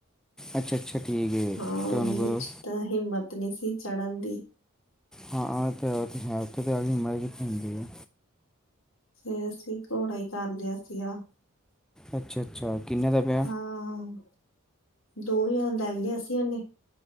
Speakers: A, in the centre; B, on the left (about 65°).
A: ਅੱਛਾ, ਅੱਛਾ ਠੀਕ ਏ,
B: ਹਾਂ
A: ਤੁਹਾਨੂੰ
B: ਮੇਰੀ ਚ ਤਾਂ ਹਿੰਮਤ ਨਈਂ ਸੀ, ਚੜ੍ਹਨ ਦੀ।
A: ਹਾਂ, ਐ ਤਾਂ ਹੈ। ਉੱਥੇ ਤਾਂ ਐਨੀ ਹਿੰਮਤ ਕਿੱਥੇ ਹੁੰਦੀ ਏ।
B: ਫਿਰ, ਅਸੀਂ ਘੋੜਾ ਹੀ ਕਰ ਲਿਆ ਸੀਗਾ।
A: ਅੱਛਾ, ਅੱਛਾ, ਕਿੰਨੇ ਦਾ ਪੈ
B: ਹਾਂ, ਦੋ ਹਜਾਰ ਲੈ ਲਿਆ ਸੀਂ ਉਹਨੇ।